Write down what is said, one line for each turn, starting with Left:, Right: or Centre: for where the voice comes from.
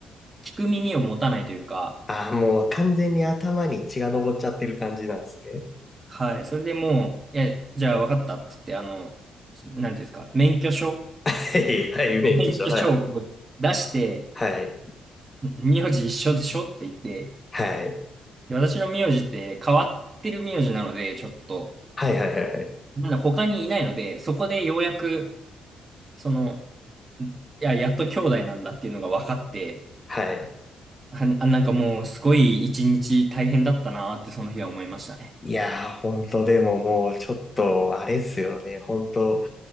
Right: 聞く耳を持たないというか、
Left: あー、もう完全に頭に血が上っちゃってる感じなんですね。
Right: はい、それでもう、いや、じゃあ分かったって言って、あの、なんていうんですか、免許証
Left: はい、はい、免許証、
Right: 免許証をこう出して、
Left: はい。はい。
Right: 名字一緒でしょって言って、
Left: はい。
Right: で私の名字って変わってる名字なので、ちょっと、
Left: はいはいはいはい。
Right: まだ他にいないので、そこでようやく、その、いや、やっと兄弟なんだっていうのが分かって、
Left: はい。
Right: はあ、あなんかもうすごい一日大変だったなーってその日は思いましたね。
Left: いやー、ほんと、でももう、ちょっと、あれっすよね。ほんと、